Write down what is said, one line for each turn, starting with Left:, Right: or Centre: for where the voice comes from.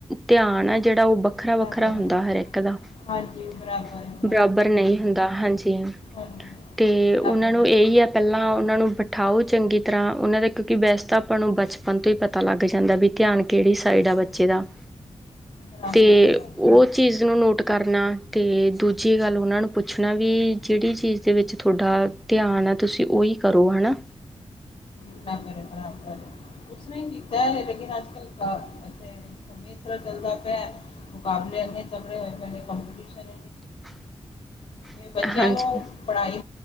Centre: ਧਿਆਨ ਐ, ਜੇੜਾ ਓ ਵੱਖਰਾ
Left: ਬਰਾਬਰ
Centre: -ਵੱਖਰਾ ਹੁੰਦਾ
Left: ਹੈ
Centre: ਹਰ ਏਕ ਦਾ
Left: ਹਾਂਜੀ
Centre: <inaudible>
Left: ਬਰਾਬਰ ਹੈ
Centre: ਬਰਾਬਰ ਨਹੀਂ ਹੁੰਦਾ, ਹਾਂਜੀ।
Left: ਹਾਂਜੀ
Centre: ਤੇ ਉਹਨਾਂ
Left: ਬਰਾਬਰ
Centre: ਨੂੰ
Left: ਰਹਿੰਦੇ
Centre: ਇਹੀ
Left: ਹਾਂ
Centre: ਹੈ ਪਹਿਲਾਂ ਉਹਨਾਂ ਨੂੰ ਬਿਠਾਓ ਚੰਗੀ ਤਰ੍ਹਾਂ ਉਹਨਾਂ ਦਾ ਕਿਉਂਕਿ ਵੈਸ ਤਾਂ ਆਪਾਂ ਨੂੰ ਬਚਪਨ? ਆਪਾਂ ਤੋਂ ਹੀ ਪਤਾ ਲੱਗ ਜਾਂਦਾ ਵੀ ਧਿਆਨ? ਕਿਹੜੀ ਸਾਈਡ ਆ ਬੱਚੇ
Left: ਹਾਂਜੀ
Centre: ਦਾ
Left: ਬਰਾਬਰ
Centre: ਤੇ
Left: ਹੈ ਬਰਾਬਰ
Centre: ਉਹ?
Left: ਹੈ
Centre: ਚੀਜ਼ ਨੂੰ ਨੋਟ ਕਰਨਾ, ਤੇ ਦੂਜੀ ਗਾੱਲ ਓਨਾਂ ਨੂੰ ਪੁੱਛਨਾ ਵੀ
Left: ਹਾਂਜੀ
Centre: ਜੇੜੀ ਚੀਜ਼ ਤੇ ਵਿੱਚ ਥੋੱਡਾ ਧਿਆਨ ਆ, ਤੁਸੀ ਓਈ ਕਰੋ, ਹੈਣਾ
Left: <unintelligible> ਕੂਛ ਨਹੀ ਕੀਤਾ ਏ ਲੇਕਿਨ, ਅੱਜ-ਕੱਲ <unintelligible> ਜਿਸਤਰਾ ਚੱਲਦਾ ਪਿਆ ਮੁਕਾਬਲੇੇ ਤਗੜੇ ਹੋਏ ਪ ਕਪਟੀਸ਼ਨ।
Centre: <inaudible>
Left: ਤੇ ਬੱਚਿਆਂ
Centre: ਹਾਂਜੀ।
Left: ਨੂੰ। ਪੜ੍ਹ